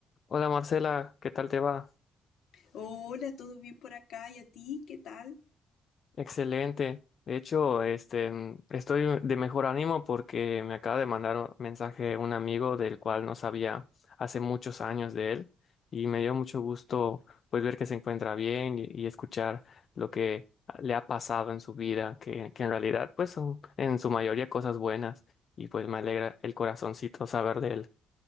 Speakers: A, on the left (about 50°); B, on the left (about 75°).
A: Hola Marcela, ¿qué tal te va?
B: Hola, ¿todo bien por acá? ¿Y a ti? ¿Qué tal?
A: Excelente. De hecho, este, mm, estoy de mejor ánimo porque me acaba de mandar un mensaje un amigo del cual no sabía hace muchos años de él y me dio mucho gusto pues ver que se encuentra bien y, y escuchar lo que le ha pasado en su vida, que, que en realidad pues son en su mayoría cosas buenas y pues me alegra el corazoncito saber de él.